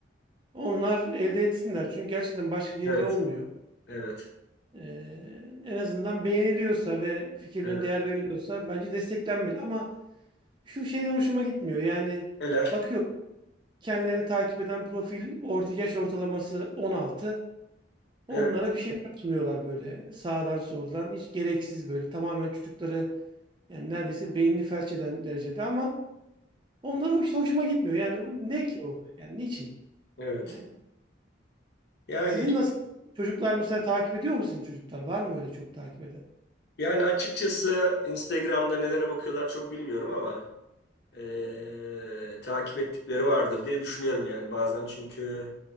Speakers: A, on the right; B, on the left.
A: onlar elde etsinler. Çünkü gerçekten başka geliri
B: Evet,
A: olmuyor.
B: evet,
A: Ee, en azından beğeniliyorsa ve fikirlerine
B: evet.
A: değer veriliyorsa bence desteklenmeli. Ama şu şeyler hoşuma gitmiyor. Yani
B: Neler?
A: bakıyor kendilerini takip eden profil orta yaş ortalaması 16. Onlara
B: Evet,
A: bir şeyler sunuyorlar böyle sağdan soldan. Hiç gereksiz böyle tamamen çocukları yani neredeyse beynini felç eden derecede ama Onlara işte hoşuma gitmiyor. Yani ne ki o? Yani niçin?
B: evet.
A: Yani
B: Yani
A: sizin nasıl çocuklar mesela takip ediyor mu sizin çocuklar? Var mı öyle çok takip eden?
B: yani açıkçası Instagram'da nelere bakıyorlar çok bilmiyorum ama e, takip ettikleri vardır diye düşünüyorum yani bazen çünkü